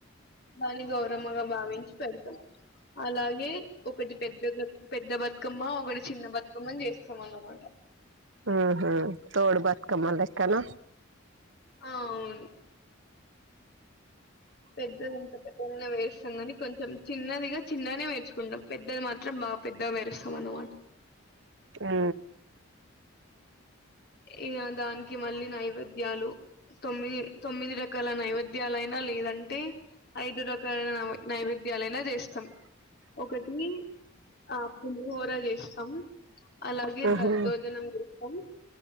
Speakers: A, on the left; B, on the right.
A: దాని గౌరమ్మగా భావించి పెడతాం అలాగే ఒకటి పెద్ద పెద్ద భ కమ్మ ఒకటి చిన్న బతుకమ్మని చేస్తాంనమాట
B: ఆహా తోడు బతుకమ్మ లెక్కన
A: అవును పెద్ద ఇంత పెద్దగానే పేరస్తం కానీ కొంచెం చిన్నదిగా చిన్ననే వేర్చుకుంటాం పెద్దది మాత్రం బా ఆ పెద్దగా పేరుస్తం అన్నమాట
B: ఆ
A: ఇగ దానికి మళ్ళీ నైవేద్యాలు తొమ్మిది తొమ్మిది రకాల నైవేద్యాలు అయినా లేదా అంటే ఐదు రకాలైన నైవేద్యాలైనా చేస్తాం ఒకటి ఆ పులిహోర చేస్తాం అలాగే
B: ఉహు
A: దద్దోజనం <unintelligible>